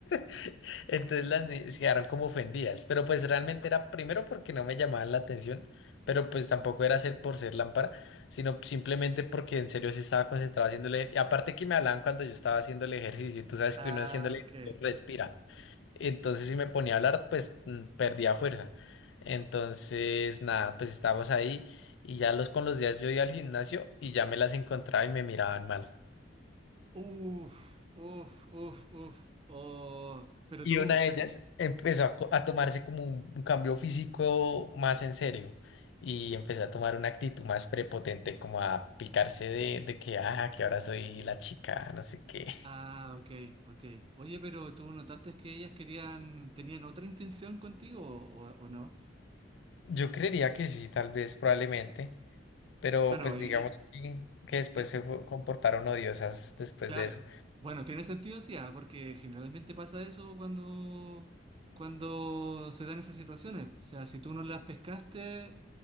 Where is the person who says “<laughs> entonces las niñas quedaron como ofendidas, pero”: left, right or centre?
Left